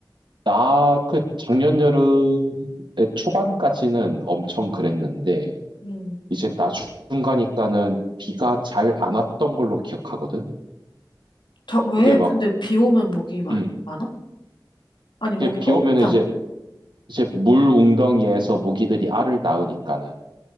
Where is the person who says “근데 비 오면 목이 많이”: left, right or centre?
Left